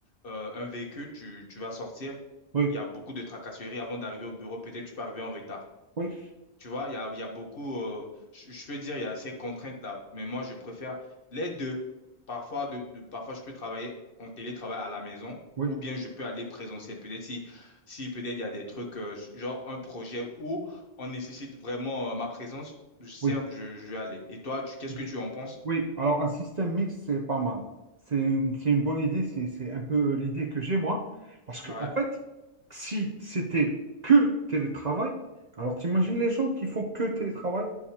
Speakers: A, on the left; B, on the right.
A: euh, un véhicule, tu, tu vas sortir.
B: Oui,
A: Il y a beaucoup de tracasseries avant d'arriver au bureau. Peut-être tu peux arriver en retard.
B: oui,
A: Tu vois, il y a, il y a beaucoup, euh, je, je peux dire, il y a ces contraintes-là, mais moi, je préfère les deux. Parfois, de, de- parfois, je peux travailler en télétravail à la maison
B: oui,
A: ou bien je peux aller présentiel. Peut-être si, si peut-être il y a des trucs, euh, genre un projet où on nécessite vraiment, euh, ma présence, je- certes,
B: oui.
A: je, je vais aller. Et toi, tu- qu'est-ce
B: ok.
A: que tu en penses?
B: Oui, alors un système mixte, c'est pas mal. C'est une, c'est une bonne idée, c'est c'est un peu l'idée que j'ai moi. Parce que,
A: Ouais,
B: en fait, si c'était que télétravail, alors t'imagines les gens qui font que télétravail,